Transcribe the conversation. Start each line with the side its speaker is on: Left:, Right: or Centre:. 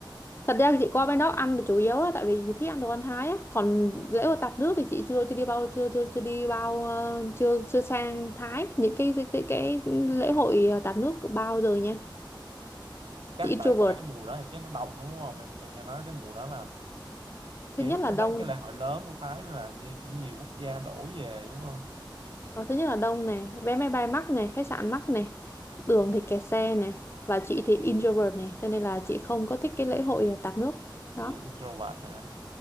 Left: thật ra chị qua bên đó ăn là chủ yếu á tại vì chị thích ăn đồ ăn Thái á còn lễ hội tạt nước thì chị chưa chưa đi bao chưa chưa chưa đi bao ờ, chưa chưa sang Thái những cái cái, cái cái lễ hội tạt nước bao giờ nha
Right: chắc
Left: chị introvert
Right: tại qua cái mùa đó thì chắc nó đông lắm, đúng không em em nghe nói cái mùa đó là
Left: thứ
Right: kiểu
Left: nhất
Right: nó
Left: là đông
Right: là cái lễ hội lớn của Thái nên là như cũng nhiều quốc gia đổ về đúng không
Left: Ờ, thứ nhất là đông này, vé máy bay mắc này, khách sạn mắc này, đường thì kẹt xe này, và chị thì introvert này, cho nên là chị không có thích cái lễ hội ờ, tạt nước
Right: chị
Left: đó.
Right: là introvert hả